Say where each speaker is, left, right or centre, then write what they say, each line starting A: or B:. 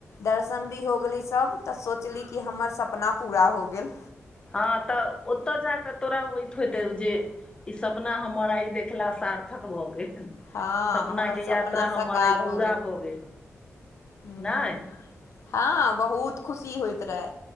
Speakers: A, on the left; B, on the left.
A: दर्शन भी हो गेली सभ तऽ सोचली कि हमर सपना पूरा हो गेल
B: हँ तऽ ओतय जा कऽ तोरा होइत होइते जे ई सपना हमर आइ देखला सार्थक भऽ गैल
A: हँ
B: सपना
A: हमर
B: के
A: सपना
B: यात्रा
A: साकार
B: हमर आइ पूरा
A: हो
B: भऽ गेल
A: हूँ
B: नहि
A: हँ बहुत खुशी होइत रहे